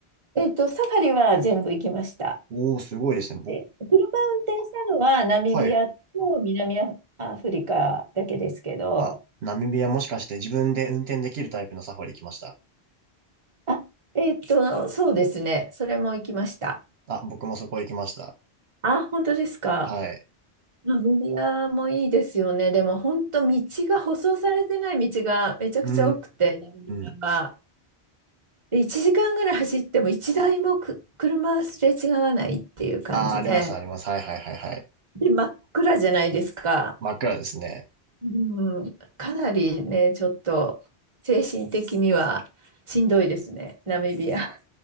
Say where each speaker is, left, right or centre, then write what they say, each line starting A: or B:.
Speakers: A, on the right; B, on the right.
A: えっと、サファリは全部行きました。
B: おー、すごいですね。僕、
A: で車運転したのはナミビアと南アアフリカだけですけど、
B: はい。あ、ナミビアもしかして自分で運転できるタイプのサファリ行きました。
A: あ、えっと、そうですね、それも行きました。
B: あ、僕もそこ行きました。
A: あ、本当ですか。
B: はい。
A: ナミビアもいいですよね。でも本当道が舗装されてない道がめちゃくちゃ多くて、
B: うー
A: ナミビアは。
B: ん。
A: で、1時間ぐらい走っても1台もく車すれ違わないっていう感じで、
B: ああ、あります、あります。はいはいはいはい。
A: で、真っ暗じゃないですか。
B: 真っ暗ですね。
A: うん、かなりね、ちょっと精神的にはしんどいですね、ナミビア。